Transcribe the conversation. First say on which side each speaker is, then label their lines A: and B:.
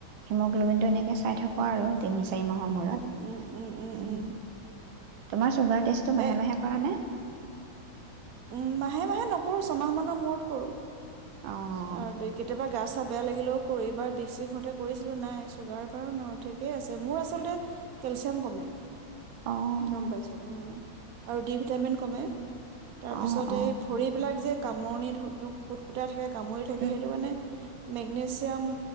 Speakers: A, on the right; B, on the right.
A: হিমগ্ল'বিনটো এনেকৈ চাই থাকো আৰু তিনি চাৰি মাহৰ মূৰত।
B: উম উম উম উম উম
A: তোমাৰ চুগাৰ টেষ্টটো মাহে
B: এ
A: মাহে কৰা নে?
B: উম মাহে মাহে নকৰো ছমাহ মানৰ মূৰত কৰো।
A: অ',
B: চ আৰু কেতিয়াবা গা চা বেয়া লাগিলেও কৰিবা এইবাৰ বিষ চিষ মতে কৰিছিলো নাই চুগাৰ বাৰু ন ঠিকেই আছে মোৰ আচলতে কেলচিয়াম কমে।
A: অ',
B: গম পাইছোঁ উ আৰু ডি ভিটামিন কমে। তাৰ
A: অ',
B: পিছত
A: অ',
B: এই ভৰিবিলাক এযে কামোৰণি ধু কোত কুট থাকে কামুৰি থাকে
A: উম,
B: সেইটো মানে মেগনেছিয়াম